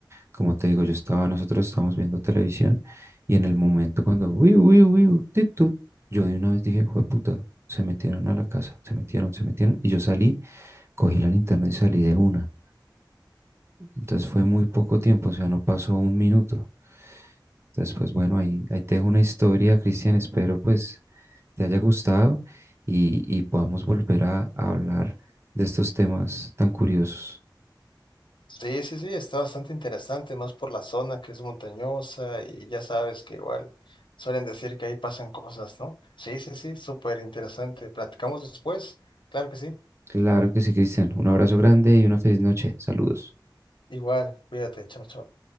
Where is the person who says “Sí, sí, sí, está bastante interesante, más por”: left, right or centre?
Left